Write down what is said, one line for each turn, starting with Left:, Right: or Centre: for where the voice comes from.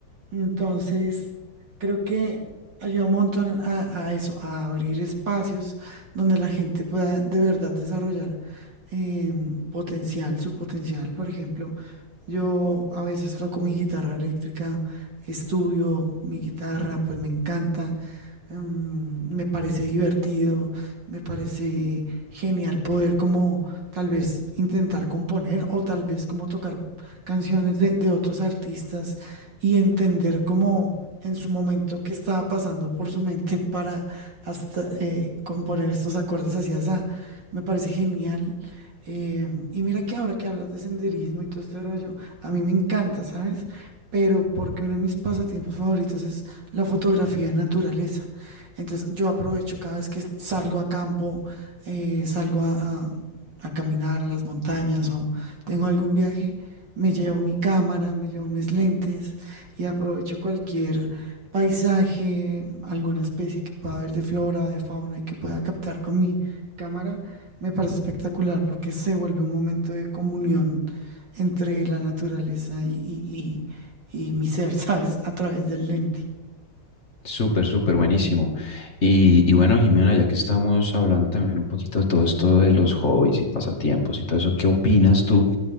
Right: Entonces, creo que ayuda un montón a, a eso, a abrir espacios donde la gente pueda de verdad desarrollar em, potencial, su potencial. Por ejemplo, yo a veces toco mi guitarra eléctrica, estudio mi guitarra, pues me encanta, em, me parece divertido, me parece genial poder como tal vez intentar componer o tal vez como tocar canciones de, de otros artistas y entender cómo en su momento qué estaba pasando por su mente para hasta eh, componer estos acordes así, así. Me parece genial. Eh, y mira que ahora que hablas de senderismo y todo este rollo, a mí me encanta, ¿sabes? Pero porque uno de mis pasatiempos favoritos es la fotografía de naturaleza. Entonces yo aprovecho cada vez que salgo a campo, eh, salgo a, a- a caminar a las montañas o tengo algún viaje, me llevo mi cámara, me llevo mis lentes y aprovecho cualquier paisaje, alguna especie que pueda haber de flora o de fauna y que pueda captar con mi cámara. Me parece espectacular porque se vuelve un momento de comunión entre la naturaleza y, y- y- y mi ser, <laughs> ¿sabes? A través del lente.
Left: Súper, súper buenísimo. Y, y bueno, Jimena, ya que estamos hablando también un poquito de todo esto de los hobbies y pasatiempos y todo eso, ¿qué opinas tú?